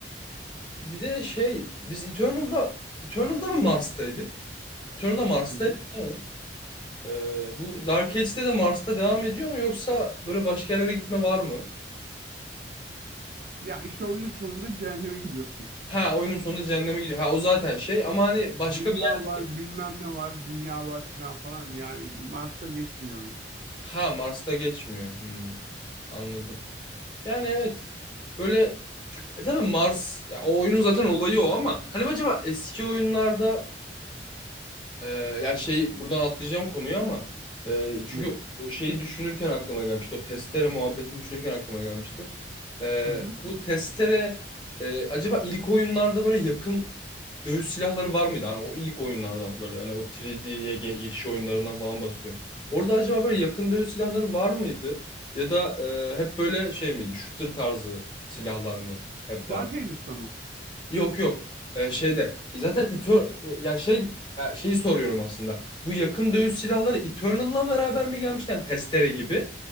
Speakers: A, on the left; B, on the right.
A: Bir de şey biz Eternal'da Eternal'da mı Mars'taydık? Eternal'da Mars'taydık
B: Hı hı.
A: değil mi? Ee, bu Dark Age'de de Mars'ta devam ediyor mu yoksa böyle başka yerlere gitme var mı?
B: Ya işte oyunun sonunda cehenneme gidiyorsun.
A: Ha oyunun sonunda cehenneme gidiyor. Ha o zaten şey ama hani başka
B: Dünya
A: bir...
B: var, bilmem ne var, dünya var falan falan. Yani Mars'ta geçmiyor oyun.
A: Ha Mars'ta geçmiyor. Hmm, anladım. Yani evet. Böyle e tabii Mars ya o oyunun zaten olayı o ama hani acaba eski oyunlarda Ee, yani şey buradan atlayacağım konuyu ama e, çünkü
B: Evet.
A: o şeyi düşünürken aklıma gelmişti. O testere muhabbetini düşünürken aklıma gelmişti. Ee,
B: Hı hı.
A: bu testere e, acaba ilk oyunlarda böyle yakın dövüş silahları var mıydı? Hani o ilk oyunlardan böyle hani o 3D'ye ge- geçiş oyunlarından falan bahsediyorum. Orada acaba böyle yakın dövüş silahları var mıydı? Ya da e, hep böyle şey miydi? Shooter tarzı silahlar mı hep vardı?
B: Dark Ages'ta mı?
A: Yok yok. Ee, şeyde e, zaten Eter e, ya şey e, şeyi soruyorum aslında. Bu yakın dövüş silahları Eternal'la beraber mi gelmişti? Yani testere gibi.